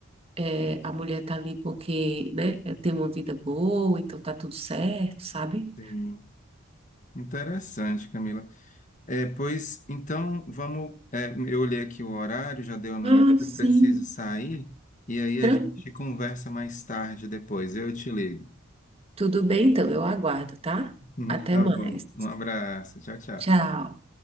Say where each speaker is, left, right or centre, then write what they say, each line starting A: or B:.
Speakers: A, on the right; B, on the left.
A: é, a mulher tá ali porque, né, é, tem uma vida boa, então tá tudo certo, sabe?
B: Sim. Interessante, Camila. É, pois então vamos. é, eu olhei aqui o horário, já deu a minha,
A: Ah, sim.
B: eu preciso sair, e aí
A: Tran-
B: a gente conversa mais tarde depois. Eu te ligo.
A: Tudo bem, então, eu aguardo, tá?
B: <laughs>
A: Até
B: Tá
A: mais.
B: bom. Um abraço. Tchau, tchau.
A: Tchau.